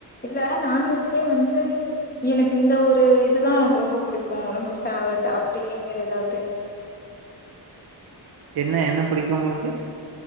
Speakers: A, on the left; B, on the right.
A: இல்ல நான்வெஜ்லேயே வந்து எனக்கு இந்த ஒரு இதுதா எனக்கு ரொம்ப புடிக்கு ரொம்ப ஃபேவரட் அப்டிங்கிற ஏதாது
B: என்ன என்ன புடிக்கு உங்குளுக்கு